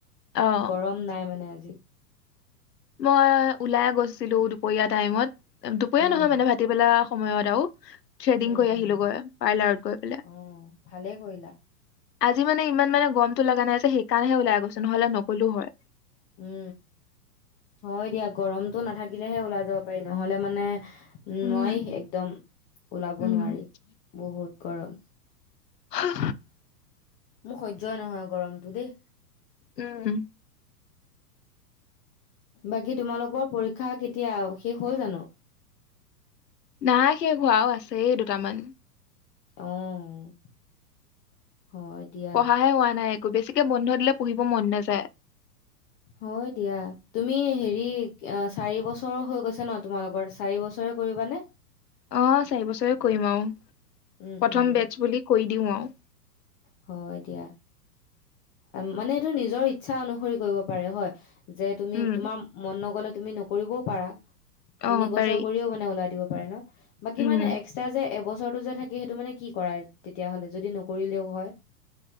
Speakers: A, on the left; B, on the left.
A: অ',
B: গৰম নাই। মানে, আজি
A: মই ওলাই গৈছিলোঁ দুপৰীয়া টাইমত। দুপৰীয়া
B: উম
A: নহয় মানে, <unintelligible> বেলা। সময়ত আও থ্ৰেডিং
B: উম
A: কৰি আহিলোঁ
B: উম
A: গৈ। পাৰ্লাৰত গৈ পেলাই।
B: অ ভালে কৰিলা!
A: আজি মানে, ইমান মানে গৰম লগা নাই যে, সেইকাৰণেহে ওলাই গৈছোঁ নহ'লে নগ'লো হয়।
B: উ, হয় দিয়া। গৰমটো নাথাকিলেহে ওলাই যাব পাৰি। নহ'লে মানে উম,
A: উম,
B: নোৱাৰি একদম, ওলাব
A: উম।
B: নোৱাৰি বহুত! <unintelligible>
A: হা!
B: মোৰ সহ্যই নহয় গৰমটো দেই।
A: উম!
B: বাকী তোমালোকৰ পৰীক্ষা কেতিয়া শেষ হ'ল, জানোঁ?
A: নাই। সেই হোৱাও আছে দুটামান।
B: অ হয় দিয়া,
A: পঢ়াই হোৱা নাই একো বেছিকে বন্ধ দিলে পঢ়িব মন নাযায়
B: হয় দিয়া তুমি হেৰি অ চাৰি বছৰ হৈ গৈছে ন তোমালোগৰ চাৰি বছৰে কৰিবানে
A: অ চাৰি বছৰে কৰিম আৰু
B: উম,
A: প্ৰথম
B: উম,
A: বেটছ বুলি কৈ দিও আৰু
B: হয় দিয়া। মানে এইটো নিজৰ ইচ্ছা অনুসৰি কৰিব পাৰে হয়। যে তুমি
A: উম,
B: তোমাৰ মন নগ'লে তুমি নকৰিবও পাৰা
A: অ',
B: তিনি বছৰ
A: পাৰি
B: কৰিও মানে ওলাই দিব প পাৰে ন বাকী
A: উম,
B: মানে এক্সটা যে এবছৰ বছৰটো যে থাকে সেইটো মানে কি কৰাই, তেতিয়া হ'লে যদি নকৰিলেও হয়